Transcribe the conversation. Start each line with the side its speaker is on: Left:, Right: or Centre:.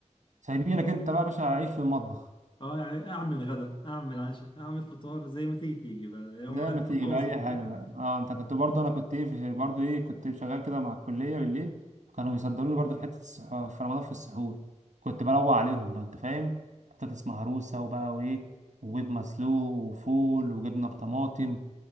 Right: سايبينك انت بقى يا باشا عيش في المطبخ
Left: اه يعني اعمل غدا اعمل عشاء اعمل فطار زي ما تيجي تيجي بقى هم
Right: زي ما تيجي
Left: هم
Right: بقى
Left: وذوقهم
Right: اي حاجه بقى اه انت كنت برضه انا كنت ايه في- برضه ايه كنت شغال كده مع الكليه بالليل كانوا بيصدروني برضه في حته السح... في رمضان في السحور كنت بروق عليهم بقى انت فاهم بطاطس مهروسه وبقى وايه وبيض مسلوق وفول وجبنه بطماطم